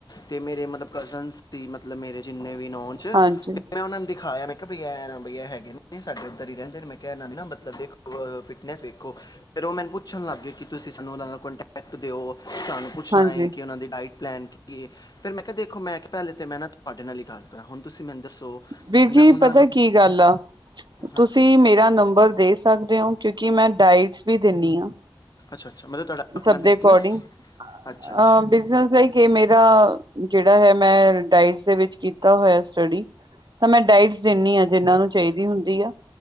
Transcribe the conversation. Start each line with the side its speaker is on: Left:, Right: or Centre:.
Left: ਤੇ ਮੇਰੇ ਮਤਲਬ ਕਜ਼ਨ ਸੀ ਮਤਲਬ ਮੇਰੇ ਜਿੰਨੇ ਵੀ ਨ ਉਹ ਚ
Right: ਹਾਂਜੀ
Left: ਤੇ ਮ ਉਹਨਾ ਨੂੰ ਦਿਖਾਇਆ ਮ ਬ ਇਹ ਨਾ ਬ ਇਹ ਹੈਗੇ ਨੇ ਸਾਡੇ ਉੱਧਰ ਹੀ ਰਹਿੰਦੇ ਨੇ ਮੈਂ ਕਿਹਾ ਇਹਨਾ ਮਤਲਬ ਦੇਖੋ ਫਿੱਟਨਸ ਦੇਖੋ। ਫਿਰ ਉਹ ਮੈਨੂੰ ਪੁੱਛਣ ਲੱਗ ਗਏ ਕਿ ਤੁਸੀਂ ਸਾਨੂੰ ਉਹਨਾਂ ਦਾ ਕੋਂਟੈਕਟ ਦਿਓ ਸਾਨੂੰ ਪੁੱਛਣਾ
Right: ਹਾਂਜੀ
Left: ਹੈਏ ਕਿ ਉਹਨਾਂ ਦੀ ਡਾਇਟ। ਪਲੈਨ ਕਿ ਏ ਫਿਰ ਮੈਂ ਕਿਹਾ ਦੇਖੋ ਮੈਂ ਕਿਹਾ ਪਹਿਲੇ ਤੇ ਮੈਂ ਨਾ ਤੁਹਾਡੇ ਨਾਲ ਹੀ ਗੱਲ। ਹੁਣ ਤੁਸੀਂ ਮੈਨੂੰ ਦੱਸੋ
Right: ਵੀਰ ਜੀ
Left: ਮੈਂ ਉਹਨਾਂ
Right: ਪਤਾ
Left: ਨੂੰ।
Right: ਕੀ ਗੱਲ ਆ
Left: ਹਾਂਜੀ
Right: ਤੁਸੀਂ ਮੇਰਾ ਨੰਬਰ ਦੇ ਸਕਦੇ ਹੋ ਕਿਉਂਕਿ ਮੈਂ ਡਾਇਟਸ ਵੀ ਦਿੰਦੀ ਹਾਂ।
Left: ਅੱਛਾ ਅੱਛਾ ਮਤਲਬ ਤੁਹਾਡਾ ਆਪਣਾ
Right: ਸਭ ਦੇ
Left: ਬਿਜ਼ਨਸ
Right: ਅਕੋਰਡਿੰਗ
Left: ਅੱਛਾ
Right: ਅ
Left: ਅੱਛਾ
Right: ਬਿਜਨਸ ਏ ਕਿ ਮੇਰਾ ਜਿਹੜਾ ਹੈ ਮੈਂ ਡਾਇਟਸ ਦੇ ਵਿੱਚ ਕੀਤਾ ਹੋਇਆ ਸਟੱਡੀ। ਤਾਂ ਮੈਂ ਡਾਇਟਸ ਦਿੰਦੀ ਹਾਂ ਜਿਹਨਾਂ ਨੂੰ ਚਾਹੀਦੀ ਹੁੰਦੀ ਆ।